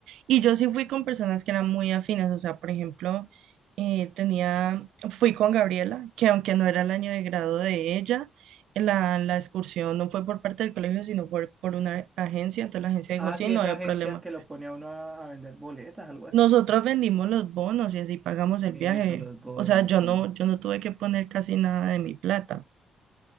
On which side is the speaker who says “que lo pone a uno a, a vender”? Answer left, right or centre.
Right